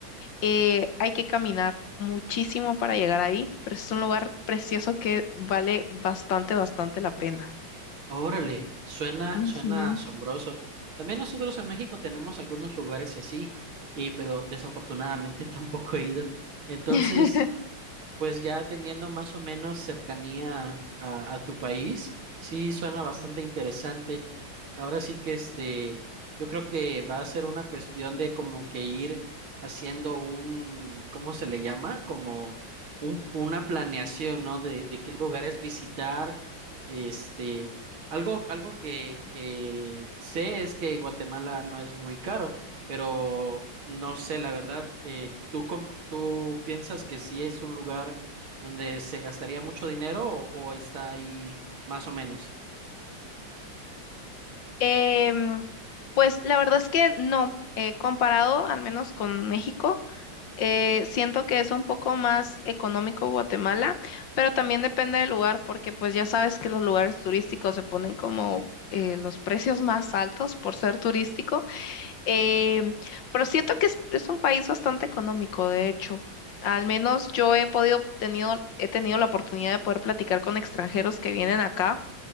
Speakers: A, on the left; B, on the right.
A: Eh, hay que caminar muchísimo para llegar ahí, pero es un lugar precioso que vale bastante, bastante la pena.
B: Órale, suena,
A: Ujú.
B: suena asombroso. También nosotros en México tenemos algunos lugares así, eh, pero desafortunadamente <laughs> tampoco he ido. Entonces,
A: <laughs>
B: Pues ya teniendo más o menos cercanía a, a tu país, sí suena bastante interesante. Ahora sí que este, yo creo que va a ser una cuestión de como que ir haciendo un, ¿cómo se le llama? Como un, una planeación, ¿no? De, de qué lugares visitar. Este, algo, algo que, que sé es que Guatemala no es muy caro pero no sé, la verdad, eh, ¿tú, com- tú piensas que sí es un lugar donde se gastaría mucho dinero o, o está ahí más o menos?
A: Em, pues la verdad es que no, eh, comparado al menos con México, eh, siento que es un poco más económico Guatemala, pero también depende del lugar, porque pues ya sabes que los lugares turísticos se ponen como eh, los precios más altos por ser turístico, em, pero siento que es, es un país bastante económico, de hecho. Al menos yo he podido, tenido, he tenido la oportunidad de poder platicar con extranjeros que vienen acá.